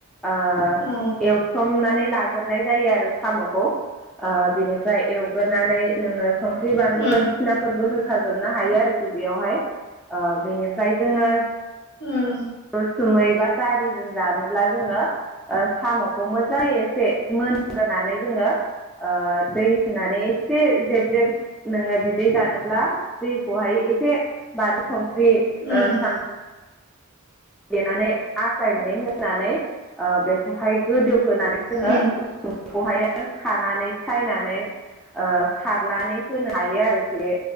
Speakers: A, in the centre; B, on the left.
A: ओ
B: औ
A: एव थ्रमनानै लाग्रोनाय जायो आरो साम'खौ ओ बिनिफ्राय एवग्रोनानै नोंङो संख्रि बानदलु
B: उम
A: बाय सिनाफोरबो होखाजोबनो हायो आरोखि बेयावहाय ओ बेनिफ्राय जोंङो
B: उम
A: उसुममै बा जारिजों जानोब्ला जोंङो ओ साम'खौ मोजांङै एसे मोनग्रोनानै जोंङो ओ दै होनानै एसे जेब जेब नोंङो बिदै जानोब्ला दैखौहाय एसे बानलु संख्रि ओ
B: उम
A: सान देनानै आख्लायनानै होनानै ओ बेखौहाय गोदौहोनानै जोंङो
B: उम
A: उसुमैखौहाय खानानै सायनानै ओ सारनानै होनो हायो आरोखि बे